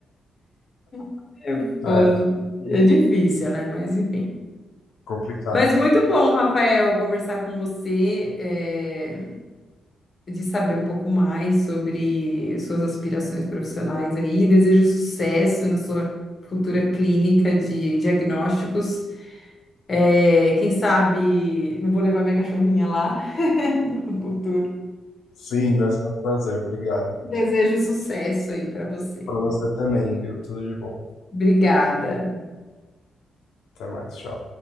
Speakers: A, on the left; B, on the left.
A: <laughs> Pô,
B: é
A: é difícil, né? Mas enfim.
B: complicado.
A: Mas muito bom, Rafael, conversar com você, é, de saber um pouco mais sobre suas aspirações profissionais aí. Desejo sucesso na sua futura clínica de diagnósticos. É, quem sabe não vou levar minha cachorrinha lá <laughs> no futuro.
B: Sim, vai ser um prazer. Obrigado.
A: Desejo sucesso aí para você.
B: Para você também, viu? Tudo de bom.
A: Obrigada.
B: Até mais. Tchau.